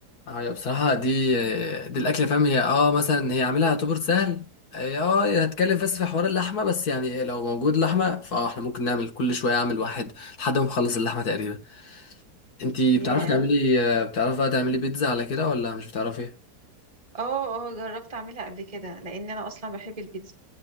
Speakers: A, on the left; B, on the right.
A: اه هي بصراحة دي دي الأكلة فاهم هي اه مثلا هي عاملها يعتبر سهل إيه، اه هي هتكلم بس في حوار اللحمة بس يعني لو موجود لحمة فاه احنا ممكن نعمل كل شوية أعمل واحد لحد ما نخلص اللحمة تقريبا انتي
B: ياه
A: بتعرفي تعملي آه، بتعرفي بقى تعملي بيتزا على كده ولا مش بتعرفي؟
B: اه اه جربت اعملها قبل كده لان انا اصلا بحب البيتزا